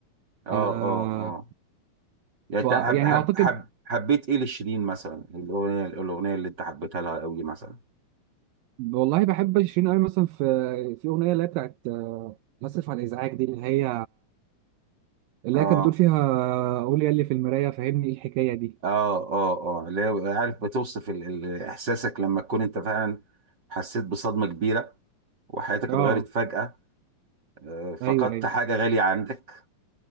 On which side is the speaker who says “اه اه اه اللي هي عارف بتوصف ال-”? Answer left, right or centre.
Right